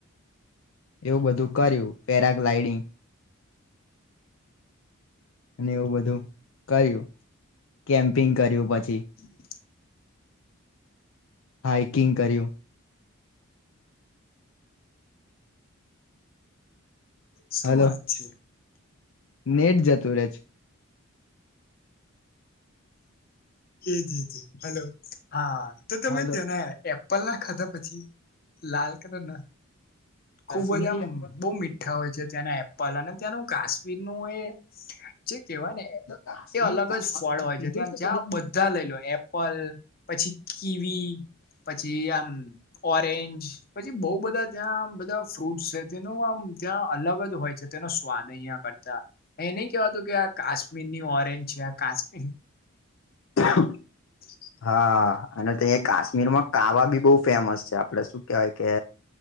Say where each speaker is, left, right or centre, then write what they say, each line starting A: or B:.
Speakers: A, on the left (about 65°); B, on the left (about 45°).
A: એવું બધું કર્યું પેરાગ્લાઇડિંગ. અને એવું બધું કર્યું કેમ્પિંગ કર્યું પછી.
B: <unintelligible>
A: હાઈકિંગ કર્યું.
B: શું
A: હલો
B: વાત છે.
A: નેટ જતું રહેે છે.
B: એ જ જ હલો હા તો તમે
A: હલો
B: તના. એપલ ના ખાધા પછી લાલ કલર ના. ખુબ
A: કાશ્મીરી
B: જ આમ બહુ મીઠા હોય છે ત્યાંના એપલ અને ત્યાંનું કાશ્મીરનું એ. જે કેહેવાય ને
A: કાશ્મીરી
B: એ અલગ
A: કાવા
B: જ ફળ હોય
A: પીધું
B: છે ત્યાં જ્યાં
A: કદી
B: બધા લઈ લો એપ. પલ પછી કીવી. પછી આમ ઓરેન્જ પછી બહ બધા ત્યાં. ફ્રૂટ છે તેનું આમ ત્યાં અલગ જ હોય છે તેનો સ્વાદ અહિયાં કરતા. એ નઇ કેવાતું કે આ કાશ્મીર ની ઓરેન્જ છે આ કાશ્મીર.
A: <unintelligible>
B: <inaudible>
A: હા અને ત્યાં કાશ્મીર માં કાવા બી બહુ ફેમસ છે આપડે શું કેવાય કે.